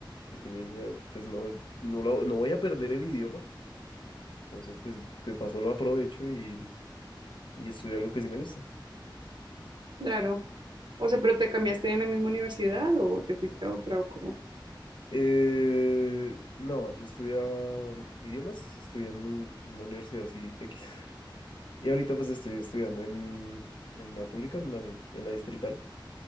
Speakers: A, on the left; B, on the right.
A: Porque yo decía, pues no, no, lo- no voy a perder el idioma. Entonces, pues de paso lo aprovecho y, y estudio algo que sí me gusta.
B: Claro. O sea, ¿pero te cambiaste en la misma universidad o te fuiste a otra o cómo?
A: Eh, no, yo estudiaba idiomas, estudié en un- en una universidad así X. Y ahorita pues estoy estudiando en, en una pública, en una- en la distrital,